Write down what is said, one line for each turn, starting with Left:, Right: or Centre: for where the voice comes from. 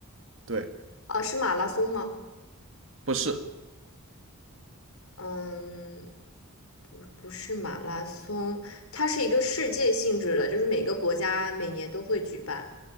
Right: 对，
Left: 啊，是马拉松吗？
Right: 不是，
Left: 嗯，不，不是马拉松，它是一个世界性质的，就是每个国家每年都会举办。